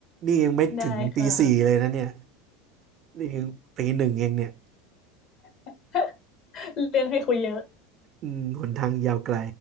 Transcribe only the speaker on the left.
ๆได้ค่ะ
<laughs> เรื่องให้คุยเยอะ